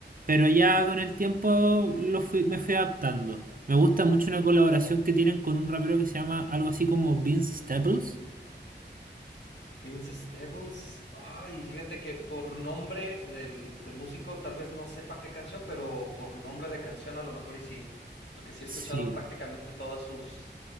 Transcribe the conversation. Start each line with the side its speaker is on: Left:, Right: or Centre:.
Right: pero ya con el tiempo lo fui- me fui adaptando. Me gusta mucho una colaboración que tienen con un rapero que se llama algo así como Vince Staples.
Left: Vince Staples. Ay, fíjate que por nombre del, del músico tal vez no sepa qué canción, pero por nombre de canción a lo mejor y sí. Porque sí he escuchado
Right: Sí.
Left: prácticamente todas sus,